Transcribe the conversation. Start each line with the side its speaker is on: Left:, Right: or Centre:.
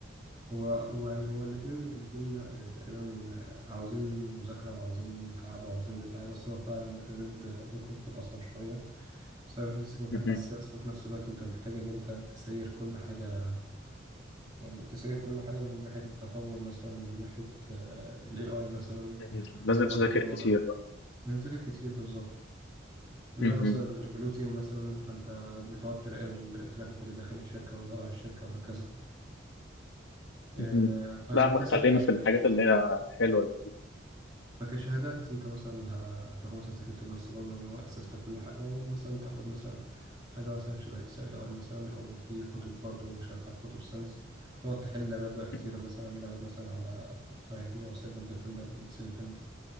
Right: هو هو يعني هو الاتنين الاتنين يعني تقريبا عاوزين مذاكرة وعاوزين تعب وعاوزين بتاع بس هو فعلا الرد ممكن يكون أصعب شوية بسبب تمسك مكان
Left: مهم.
Right: حساس وفي نفس الوقت أنت محتاج إن أنت تسير كل حاجة يعني تسير كل حاجة من ناحية التطور مثلا ومن ناحية آه، ال AI مثلا
Left: مهم. لازم
Right: لغات
Left: تذاكر
Right: البرمجة
Left: كتير بقى
Right: بنذاكر كتير بالظبط إنما
Left: مهم.
Right: مثلا البلو تيم مثلا فأنت بتقعد تراقب الترافيك اللي داخل الشركة ولا طالع الشركة وهكذا آه،
Left: مهم.
Right: فأنت
Left: لا ما خلينا
Right: مثلا كشركة
Left: في الحاجات اللي هي الحلوة دي
Right: فكشهادات انت مثلا ه- هتاخد مثلا سكيورتي بلس برضه ان هو اساس لكل حاجه ومثلا تاخد مثلا حاجه مثلا شبه اس اي ار مثلا او في كتب برضه شبه بتاعت كتب ساينس تقعد تحل لابات بقى كتيره
Left: مهم.
Right: مثلا لابات مثلا على ترايك مي او سايبر ديفندر ليتس ديفند